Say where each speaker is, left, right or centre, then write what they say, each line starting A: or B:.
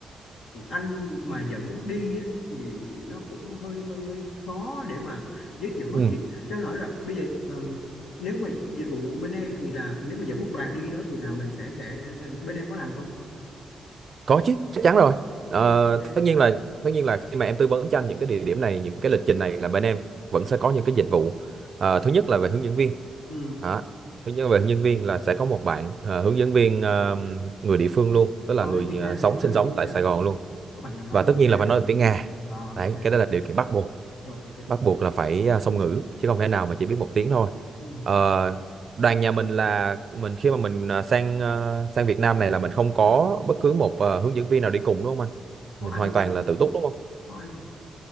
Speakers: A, on the left (about 80°); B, on the right (about 50°).
A: anh mà dẫn đi á, thì nó cũng hơi hơi hơi khó để mà giới thiệu hết
B: Ừ.
A: thì cho anh hỏi là bây giờ ờm, nếu mà dịch vụ bên em thì là nếu mà dẫn một đoàn đi đó thì là mình sẽ sẽ ờ, bên em có làm không?
B: có chứ chắc chắn rồi Ờ,
A: Ok, ok. ok.
B: tất nhiên là tất nhiên là khi mà em tư vấn cho anh những cái địa điểm này những cái lịch trình này là bên em vẫn sẽ có những cái dịch vụ Ờ, thứ nhất là về hướng dẫn viên
A: Ừ.
B: Đó. thứ nhất là về hướng dẫn viên là sẽ có một bạn ờ, hướng dẫn viên ờ, người địa phương luôn tức là
A: có
B: người
A: nói được tiếng Nga
B: ờ, sống
A: không có nói
B: sinh
A: được
B: sống
A: tiếng Nga
B: tại Sài
A: không
B: Gòn luôn
A: có bạn nào nói
B: và
A: được
B: tất
A: tiếng
B: nhiên
A: Nga
B: là phải
A: không
B: nói được tiếng Nga
A: à, ok
B: đấy cái đó là điều
A: ok
B: kiện
A: ok
B: bắt buộc
A: rồi ok
B: bắt buộc là phải à, song ngữ chứ không thể nào mà chỉ biết một tiếng thôi
A: ừ.
B: Ờ, đoàn nhà mình là mình khi mà mình à, sang à, sang Việt Nam này là mình không có bất cứ một à, hướng dẫn viên nào đi cùng đúng không anh
A: có
B: mình
A: anh
B: hoàn toàn
A: thôi
B: là tự túc đúng không
A: có anh